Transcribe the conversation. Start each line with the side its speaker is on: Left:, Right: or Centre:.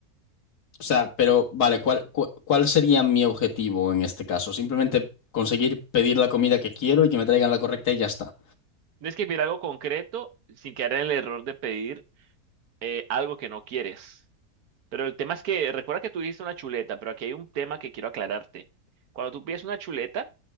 Left: O sea, pero vale, ¿cuál, cu- cuál sería mi objetivo en este caso? Simplemente conseguir pedir la comida que quiero y que me traigan la correcta y ya está.
Right: Tienes que pedir algo concreto sin quedar en el error de pedir eh, algo que no quieres. Pero el tema es que, recuerda que tú dijiste una chuleta, pero aquí hay un tema que quiero aclararte. Cuando tú pides una chuleta,